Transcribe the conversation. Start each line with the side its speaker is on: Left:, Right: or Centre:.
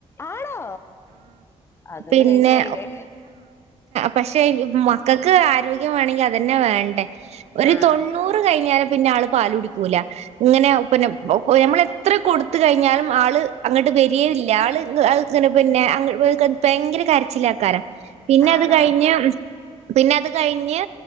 Left: ആണോ അതുകൊണ്ട്
Right: പിന്നെ
Left: കഴിച്ചിലായില്ലേ
Right: പക്ഷെ നമക്ക് ആരോഗ്യം വണമെങ്കിൽ അത്ന്ന വേ ഒരു
Left: ആഹ്
Right: തൊണ്ണൂ കഴിഞ്ഞാലും പിന്നെ ആ പാല കുടിക്കൂല ഇങ്ങനെ പിന്നെ നമ്മള എത്ര കൊടുത്ത കഴിഞ്ഞാലും ആള് അങ്ങോട്ട് വരിയ ഇല്ല ആള്ങ്ങെ പിന്നെ ഭയങ്കര കരച്ചില്ല ആക്കാരം പിന്നെ
Left: ആണോ
Right: അത് കഴിഞ്ഞ് പിന്നെ അത് കഴിഞ്ഞ്